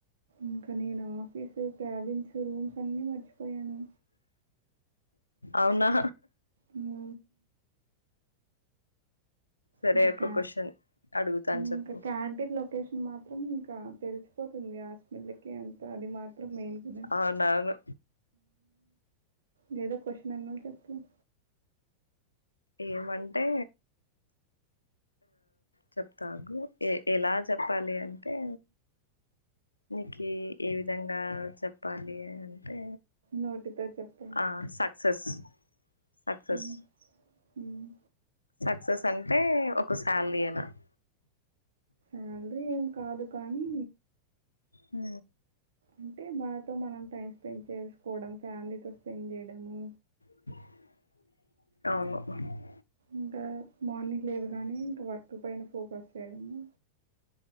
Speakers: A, on the right; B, on the left.
A: ఇంకా నేను ఆఫీసు క్రావిన్స్ రూమ్స్ అన్ని మర్చిపోయాను
B: అవునా
A: ఉ
B: సరే
A: ఇంకా
B: ఒక
A: క్యా
B: క్వశ్చన్ అడుగుతాను చెప్పు
A: ఇంకా క్యాంటీన్ లొకేషన్ మాత్రం ఇంకా తెలిసిపోతుంది ఆ <unintelligible> అంత అది మాత్రం మెయిన్ కదా
B: అవునవును
A: వేరే <unintelligible>
B: ఏమంటే చెప్తా ఆగు ఎ ఎలా చెప్పాలి అంటే నీకు ఏ విధంగా చెప్పాలి అంటే
A: నోటితో చెప్పాలి.
B: ఆ సక్సెస్ సక్సెస్
A: హ్మ్. హ్మ్.
B: సక్సెస్ అంటే ఒక శాలరీ <unintelligible>
A: <unintelligible> ఏం కాదు కానీ
B: హు
A: అంటే మనతో మనం టైం స్పెండ్ చేసుకోవడం ఫ్యామిలీతో స్పెండ్ చేయడము
B: అవును
A: ఇంకామార్నింగ్ లేవగానే ఇంకా వర్క్ పైన ఫోకస్ చేయడము